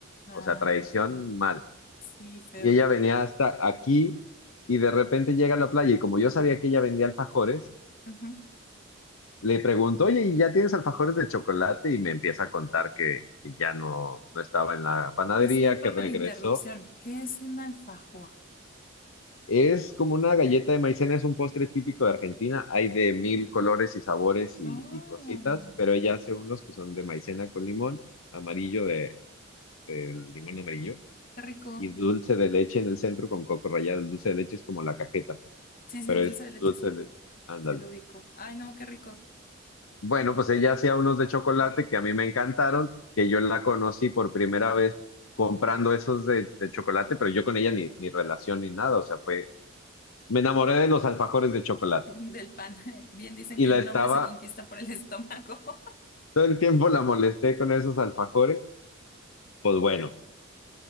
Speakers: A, on the left; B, on the left.
A: Ah,
B: O sea, traición
A: ok.
B: mal.
A: sí, feo.
B: Y ella venía hasta aquí y de repente llega a la playa y como yo sabía que ella vendía alfajores,
A: Ujú.
B: le pregunto, oye, ¿y ya tienes alfajores de chocolate? Y me empieza a contar que, que ya no, no estaba en la panadería,
A: Discúlpame
B: que regresó.
A: la interrupción. ¿Qué es un alfajor?
B: Es como una galleta de maicena, es un postre típico de Argentina. Hay de mil colores y sabores y,
A: Oh,
B: y cositas, pero ella hace unos que son de maicena con limón, amarillo de, del limón amarillo
A: qué rico.
B: y dulce de leche en el centro con coco rallado. El dulce de leche es como la cajeta,
A: Sí, sí,
B: pero
A: el dulce
B: es
A: de leche,
B: dulce
A: sí,
B: de leche. Ándale.
A: sí lo ubico. Ay, no, qué rico.
B: Bueno, pues ella hacía unos de chocolate que a mí me encantaron, que yo la conocí por primera vez comprando esos de, de chocolate, pero yo con ella ni, ni relación ni nada, o sea, fue, me enamoré de los alfajores de chocolate
A: Del pan. <laughs> Bien dicen
B: y
A: que
B: la
A: un
B: estaba,
A: hombre se conquista por el estómago. <laughs>
B: todo el tiempo la molesté con esos alfajores, pues bueno,